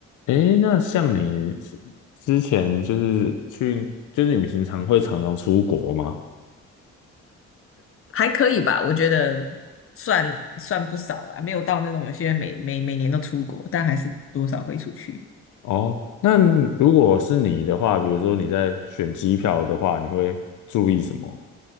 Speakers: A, on the left; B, on the left.
A: 诶，那像你之之前就是去，就是你平常会常常出国吗？
B: 还可以吧，我觉得算算不少啦，没有到那种有些人每每每年都出国，但还是多少会出去。
A: 哦，那如果是你的话，比如说你在选机票的话，你会注意什么